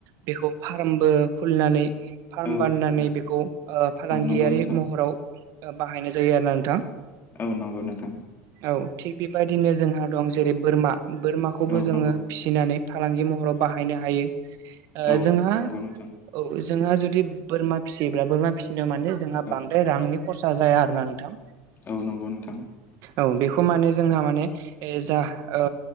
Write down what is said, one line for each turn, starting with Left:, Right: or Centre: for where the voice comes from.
Right: बेखौ फारामबो खुलिनानै फार्म
Left: औ
Right: बाननानै
Left: औ
Right: बेखौ ओ फालांगियारि
Left: औ नंगौ नोंथां
Right: महराव ओ बाहायनाय जायो आरना नोंथां।
Left: औ नंगौ नोंथां
Right: औ थिग बेबायदिनो जों हा दं जेरै बोरमा। बोरमाखौबो
Left: औ
Right: जोङो
Left: नंगौ
Right: फिसिनानै फालांगि महराव बाहायनो हायो। ओ
Left: औ
Right: जोंहा
Left: नंगौ नोंथां
Right: औ जोंहा जुदि बोरमा फिसियोब्ला बोरमा फि <unintelligible> माने जोंहा
Left: औ
Right: बांद्राय रांनि खरसा जाया आरो ना नोंथां।
Left: औ नंगौ नोंथां
Right: औ बेख थ माने जोंहा
Left: औ
Right: माने ए जा ओ